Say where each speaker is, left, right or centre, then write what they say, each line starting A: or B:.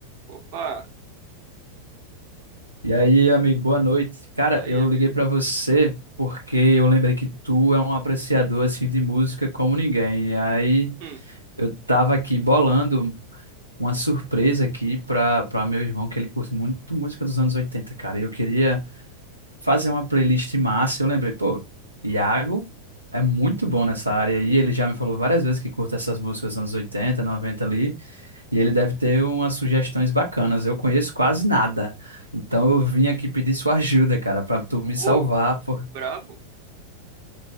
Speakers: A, on the right; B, on the right.
A: Opa,
B: E aí, amigo, boa noite. Cara,
A: fala aí,
B: eu
A: amigo.
B: liguei pra você porque eu lembrei que tu é um apreciador assim de música como ninguém. E aí,
A: Hum,
B: eu tava aqui bolando uma surpresa aqui pra para meu irmão que ele curte muito música dos anos 80, cara. E eu queria fazer uma playlist massa. Eu lembrei, pô, Iago é muito bom nessa área aí. Ele já me falou várias vezes que curta essas músicas dos anos 80, 90 ali. E ele deve ter umas sugestões bacanas. Eu conheço quase nada. Então eu vim aqui pedir sua ajuda, cara, para tu me
A: pô,
B: salvar. Por...
A: brabo?